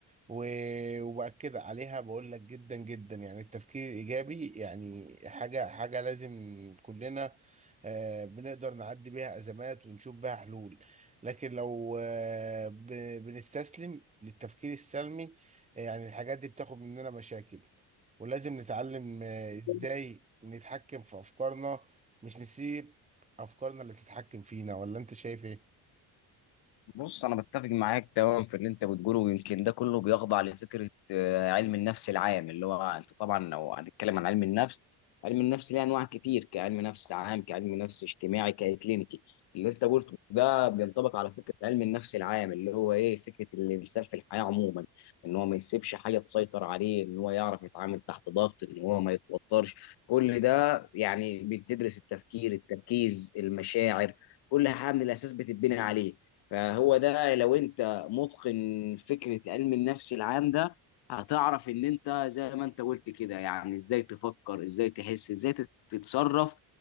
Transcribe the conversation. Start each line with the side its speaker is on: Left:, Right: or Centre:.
Right: و- وبأكد عليها بقول لك جدا جدا يعني التفكير الإيجابي يعني حاجة حاجة لازم كلنا آه، بنقدر نعدي بيها أزمات ونشوف بيها حلول لكن لو آه، ب- بنستسلم للتفكير السلمي آه، يعني الحاجات دي بتاخد مننا مشاكل ولازم نتعلم آه، إزاي
Left: بص
Right: نتحكم في أفكارنا مش نسيب أفكارنا اللي تتحكم فينا ولا أنت شايف إيه؟
Left: بص انا بتفق معاك تماما في اللي انت بتقوله ويمكن ده كله بيخضع لفكره آه، علم النفس العام اللي هو انت طبعا لو هنتكلم عن علم النفس علم النفس ليه انواع كتير كعلم نفس عام كعلم نفس اجتماعي ككلينيكي اللي انت قلته ده بينطبق على فكره علم النفس العام اللي هو ايه فكره الانسان في الحياه عموما ان هو ما يسيبش حاجه تسيطر عليه ان هو يعرف يتعامل تحت ضغط ان هو ما يتوترش كل ده يعني بتدرس التفكير التركيز المشاعر كل حاجه من الاساس بتتبني عليه فهو ده لو انت متقن فكرة علم النفس العام ده هتعرف ان انت زي ما انت قلت كده يعني ازاي تفكر ازاي تحس ازاي تت- تتصرف